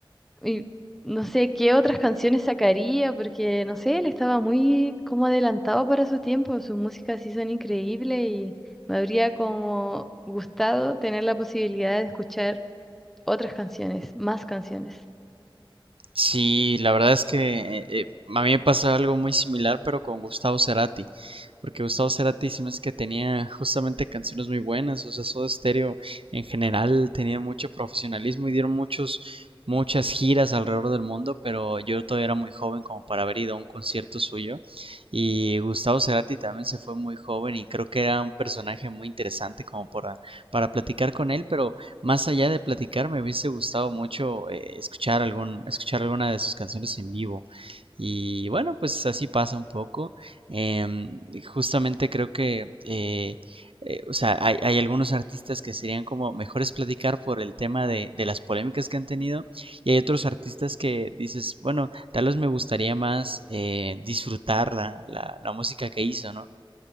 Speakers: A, in the centre; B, on the right.
A: Y no sé qué otras canciones sacaría, porque no sé, él estaba muy como adelantado para su tiempo, sus músicas sí son increíbles y me habría como gustado tener la posibilidad de escuchar otras canciones, más canciones.
B: Sí, la verdad es que eh, eh, a mí me pasó algo muy similar, pero con Gustavo Cerati. Porque Gustavo Cerati se me hace que tenía justamente canciones muy buenas. O sea, Soda Stereo en general tenía mucho profesionalismo y dieron muchos, muchas giras alrededor del mundo. Pero yo todavía era muy joven como para haber ido a un concierto suyo. Y Gustavo Cerati también se fue muy joven y creo que era un personaje muy interesante como para, para platicar con él. Pero más allá de platicar, me hubiese gustado mucho eh, escuchar, algún, escuchar alguna de sus canciones en vivo. Y bueno, pues así pasa un poco. Eh, justamente creo que, eh, eh, o sea, hay, hay, algunos artistas que serían como mejores platicar por el tema de, de, las polémicas que han tenido. Y hay otros artistas que dices, bueno, tal vez me gustaría más eh, disfrutar la, la, la música que hizo, ¿no?